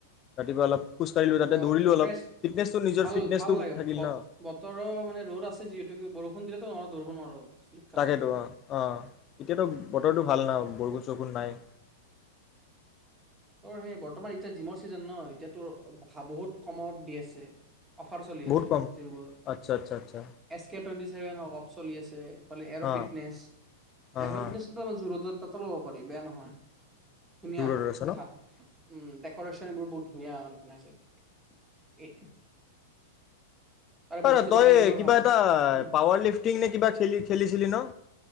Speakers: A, on the left (about 35°); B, on the right (about 15°).
A: ৰাতিপুৱা অলপ খোজকাঢ়িলো তাতে
B: অ
A: দৌৰিলো অলপ
B: ফ্ৰেছ
A: ফিটনেচটো নিজৰ
B: ভাল
A: ফিটনেচটো
B: ভাল লাগে
A: থাকিল ন
B: বতৰৰ মানে ৰ'দ আছে যিহেতুকে বৰষুণ দিলেতো ন দৌৰিব নোৱাৰ শ্লিপ খাবি
A: তাকেতো অ অ এতিয়াতো বতৰটো ভাল ন বৰুষুণ চৰষুণ নাই।
B: তোৰ সেই বৰ্তমান এতিয়া জিমৰ ছিজন ন এতিয়াতো বহুত কমত দি আছে। অফাৰ চলি
A: বহুত
B: আছে।
A: কম
B: জিমবোৰত
A: আচ্ছা আচ্ছা আচ্ছা
B: এছ কে টুৱেন্তিছেভেন হক চলি আছে ফালে এৰ'ফিটনেছ
A: অ অ
B: এৰফিটনেছম
A: অ
B: জোৰত তাত ল'ব পাৰি বেয়া নহয়। ধুনীয়া
A: যোৰডত আছ
B: দেখাত
A: ন
B: উম ডেক'ৰেচন এইবোৰ বহুত ধুনীয়া বনাইছে একদ এ তাৰে
A: অ
B: বস্তু
A: ৰ তই
B: বাহানীবোৰো
A: কিবা
B: ভাল
A: এটা
B: উম
A: পাৱাৰ লিফ্টিং নে কিবা খেলি খেলিছিলি ন?